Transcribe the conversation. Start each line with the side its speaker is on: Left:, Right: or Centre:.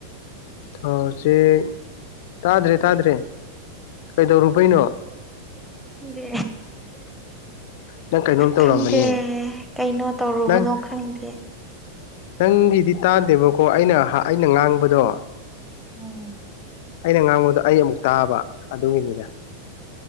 Left: ꯍꯥꯎꯖꯤꯛ ꯇꯥꯗ꯭ꯔꯦ ꯇꯥꯗ꯭ꯔꯦ ꯀꯩꯗꯧꯔꯨꯕꯩꯅꯣ
Centre: ꯈꯪꯗꯦ
Left: ꯅꯪ ꯀꯩꯅꯣꯝ ꯇꯧꯔꯝꯃꯅꯤ
Centre: ꯈꯪꯗꯦ ꯀꯩꯅꯣ ꯇꯧꯔꯨꯕꯅꯣ
Left: ꯅꯪ
Centre: ꯈꯪꯗꯦ
Left: ꯅꯪꯒꯤꯗꯤ ꯇꯥꯗꯦꯕꯀꯣ ꯑꯩꯅ ꯑꯩꯅ ꯉꯥꯡꯕꯗꯣ
Centre: ꯎꯝ
Left: ꯑꯩꯅ ꯉꯥꯡꯕꯗꯣ ꯑꯩ ꯑꯃꯨꯛ ꯇꯥꯕ ꯑꯗꯨꯒꯤꯅꯤꯗ